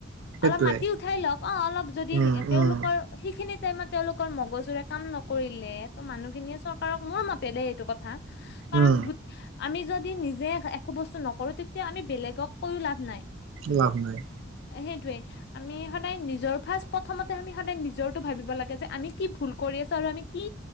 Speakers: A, on the right (about 85°); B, on the left (about 60°).
A: সেইটোৱে
B: অলপ মাটি উঠাই লওক অ অলপ যদি
A: উম
B: তেওঁওলোকৰ
A: উম
B: সেইখিনিত টাইমত তেওঁলোকৰ মগজুৰে কাম নকৰিলে ত' মানুহখিনিয়ে চৰকাৰক মোৰ মতে দেই এইটো কথা কাৰণ
A: উম
B: আমি যদি নিজে একো বস্তু নকৰোঁ তেতিয়া আমি বেলেগক কৈও লাভ নাই।
A: লাভ নাই।
B: সেইটোয়ে আমি সদায় নিজৰ ফাৰ্ষ্ট প্ৰথমতে আমি সদায় নিজৰটো ভাবিব লাগে যে আমি কি ভুল কৰি আছো আৰু আমি কি